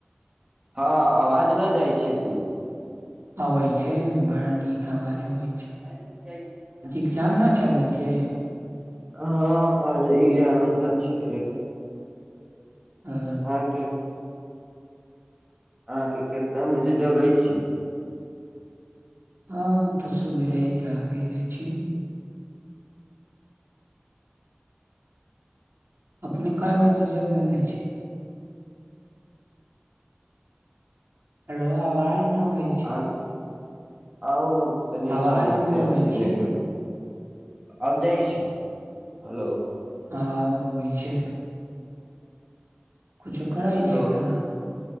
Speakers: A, on the right; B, on the right.
A: हँ, अवाज न जाइ छै कि।
B: आै छै, भड़ा नीक अवाज आवि
A: आज ह्म जाइ छी।
B: ए्जाम नहि चलैई छै।
A: हँ, आज एग्जाम तऽ छै।
B: अ
A: अहाँके अहाँके कितना बजे जगै छी।
B: हम तऽ सवेरे जा गेले छी। अपने क बाजी जग ल छै। हेलो आवाज नहि अबै छै।
A: अहाँ आउ तनी
B: आवाज
A: समस्य
B: न अबै
A: अ छै
B: छी
A: नेट। आब जाइ छै हेलो।
B: हँ बी छै। कुछो करइ
A: हेलो
B: छै क।